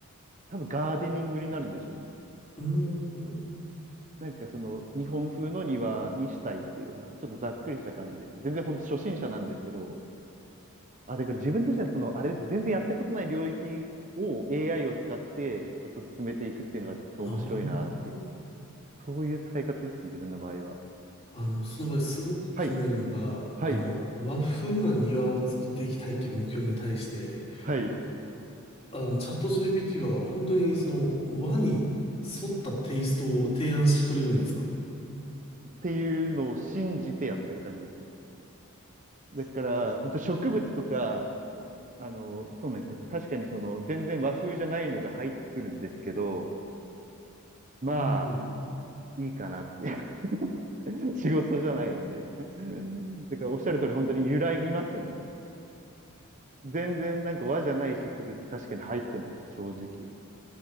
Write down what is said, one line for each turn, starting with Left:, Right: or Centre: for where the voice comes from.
Right: 多分ガーデニングになるんでしょうね。
Left: うーん、
Right: なんかその日本風の庭にしたいっていうような、ちょっとざっくりした感じです。全然本当初心者なんですけど、あ、だから自分としてはその、あれです。全然やったことない領域を AI を使ってちょっと進めていくっていうのがちょっと面白いなっていう。
Left: あー
Right: そういう使い方ですかね、自分の場合は。
Left: あの、その場合すごく気になるのが、
Right: はい、はい、
Left: あの、和風な庭を作っていきたいっていう目標に対して、
Right: はい。っ
Left: あの、チャット GPT は本当にその和に沿ったテイストを提案してくれるんですか
Right: ていうのを信じてやってる感じですね。だから、本当植物とか、あの、そうなんですよ。確かにその、全然和風じゃないのが入ってくるんですけど、まあ、
Left: うん。
Right: いいかなって。<laughs> 仕事じゃないので。だから、おっしゃる通り、本当に揺らぎますよね。全然なんか和じゃない植物、確かに入ってます、正直。